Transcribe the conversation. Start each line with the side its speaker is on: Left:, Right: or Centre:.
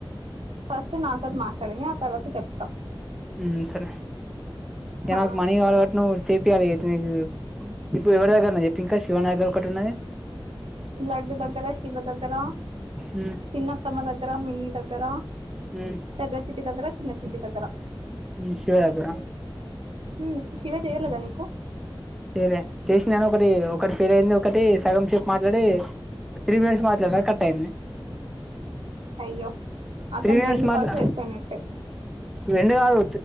Right: ఫస్ట్ నాతొటి మాట్లాడింది ఆ తర్వాత చెప్త
Centre: ఉమ్ సరే ఇగ
Right: ఆ!
Centre: నాకు మనీ కావలె కావట్టి నువ్ చేపియాలె నీకూ ఇప్పుడెవరి దగ్గరున్నది చెప్ నాకు ఒకటున్నది
Right: లడ్డు దగ్గర శివ దగ్గరా
Centre: మ్మ్
Right: చిన్నత్తమ్మ దగ్గర మిన్ని దగ్గర
Centre: మ్మ్
Right: పెద్ద చిట్టి దగ్గర చిన్న చిట్టి దగ్గర
Centre: ఉ శివ దగ్గర
Right: హు శివ చేయలేదా నీకు
Centre: చెయలే చేషినగనొకటీ ఒకటి ఫెలయింది ఒకటీ సగంసేప్ మాట్లాడీ త్రీ మినిట్స్ మాట్లడిన కట్టయింది
Right: అయ్యో అతన్
Centre: త్రీ మినిట్స్
Right: రెండు
Centre: మాట్లా
Right: కాల్స్ వేస్ట్ అయినట్టే
Centre: రెండు కాదు